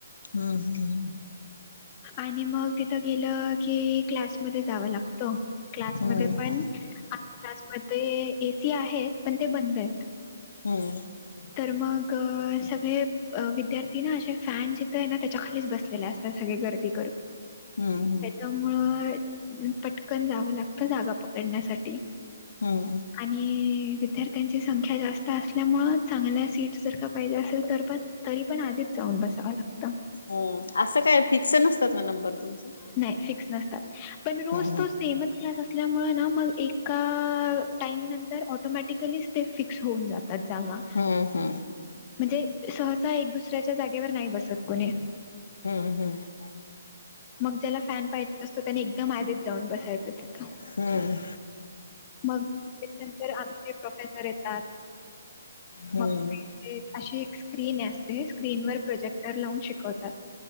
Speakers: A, on the left; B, on the left.
A: हम्म हम्म हम्म.
B: आणि मग तिथ गेलं की क्लास मध्ये जाव लागत क्लासमध्ये
A: हम्म
B: पण आमच्या क्लासमध्ये एसी आहेत पण ते बंदयत.
A: हम्म.
B: तर मग सगळे अ विद्यार्थी ना असे फॅन जिथय ना त्याच्या खालीच बसलेले असतात सगळे गर्दी करून.
A: हम्म हम्म.
B: त्यामुळं पटकन जावं लागतं जागा पकडण्यासाठी.
A: हम्म.
B: आणि विद्यार्थ्यांची संख्या जास्त अस आसल्यामुळं चांगल्या सीट्स जर का पाहिजे असेल तर पण तरी पण आधीच जाऊन बसावं लागत.
A: हं असं काय फिक्स नसतात ना नंबर तुमचे?
B: नाही फिक्स नसतात पण रोज
A: हम्म
B: तोच सेमच क्लास असल्यामुळं ना मग एका टाईम नंतर ऑटोमॅटिकलीच ते फिक्स होऊन जाता त जागा.
A: हम्म हम्म.
B: म्हणजे सहसा एक दुसऱ्याच्या जागेवर नाही बसत कोणी.
A: हम्म हम्म.
B: मग ज्याला फॅन पाहिजे असतो त्याने एकदम आधीच जाऊन बसायचं तिथं.
A: हम्म.
B: मग त्याच्यानंतर आमचे प्रोफेसर येतात
A: हम्म
B: मग ते
A: हम्म
B: ते अशी एक स्क्रीन असते स्क्रीन वर प्रोजेक्टर लावून शिकवतात.